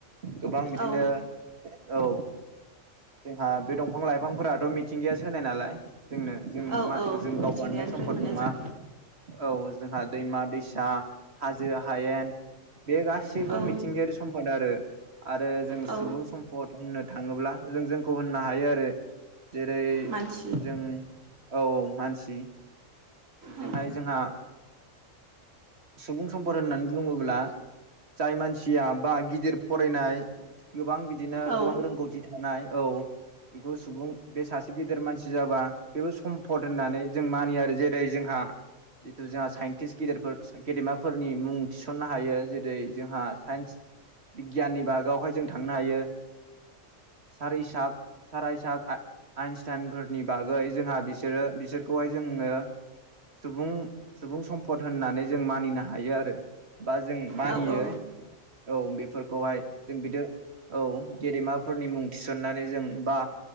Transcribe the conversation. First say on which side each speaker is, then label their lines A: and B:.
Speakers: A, on the right (about 55°); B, on the right (about 80°).
A: गोबां बिदिनो
B: औ
A: औ जोंहा बे दंफां लाइफांफोराथ' मिथिंगायासो होनाय नालाय। जोंनो जों
B: औ
A: मा
B: औ
A: जों गाव
B: मिथिंगानिफ्राय
A: बानायनाय सम्फद
B: मोनो
A: नङा।
B: जों
A: औ जोंहा दैमा दैसा हाजो, हायेन बे गासैबो
B: औ
A: मिथिंगायारि सम्पाद आरो। आरो जों
B: औ
A: सुबुं सम्पद होननो थाङोब्ला जों जोंखौ होननो हायो आरो। जेरै
B: मानसि
A: जों औ औ मानसि। बिजोंहाय
B: औ
A: जोंहा। सुबुं सम्पद होननानै बुङोब्ला। जाय मानसिया बा गिदिर फरायनाय गोबां बिदिनो
B: औ
A: गोबां रोंगौथि थानाय। औ बेखौ सुबुं बे सासे गेदेर मानसि जाबा बेबो सम्फद होननानै जों मानियो आरो जेरै जोंहा। जिथु जोंहा साइन्टिस। गेदेरफोर गेदेमाफोरनि मुं थिसननो हायो जेरै जोंहा साइन्स बिगियाननि बागावहाय जों थांनो हायो सारिसाग सारायसाग आइनस्टाइनफोरनि बागै जोंहा बिसोरो बिसोरखौहाय जोङो सुबुं सुबुं सम्फद होननानै जों मानिनो हायो आरो। बा जों मानियो
B: औ
A: औ बेफोरखौहाय जों बिदि औ गेदेमाफोरनि मुं थिसननानै जों बा